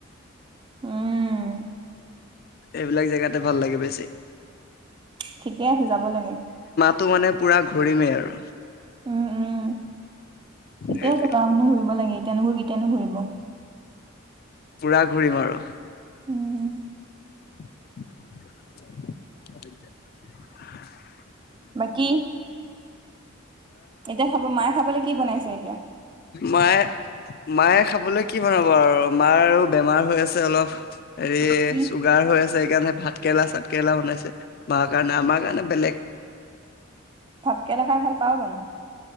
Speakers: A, on the right; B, on the left.
A: উম।
B: এইবিলাক জেগাতে ভাল লাগে বেছি।
A: ঠিকে আছে যাব লাগে।
B: টো মানে পুৰা ঘূৰিমেই আৰু।
A: উম, উম, ঠিকে
B: সেইটোৱে
A: আছে বাৰু <unintelligible> ঘুৰিব লাগে। <unintelligible> কেতিয়ানো ঘূৰিব।
B: পুৰা ঘূৰিম আৰু।
A: উম।
B: <unintelligible>
A: বাকী, এতিয়া খাব মা খাবলে কি বনাইছে এতিয়া?
B: মায়ে-মায়ে খাবলে কি বনাব আৰু মাৰ আৰু বেমাৰ হৈ আছে অলপ। হেৰি
A: কি
B: চুগাৰ হৈ আছে সেইকাৰণে ভাত কেৰেলা চাত কেৰেলা বনাইছে মাৰ কাৰণে আমাৰ কাৰণে বেলেগ।
A: ভাতকেৰেলা খাই ভাল পাও জানো?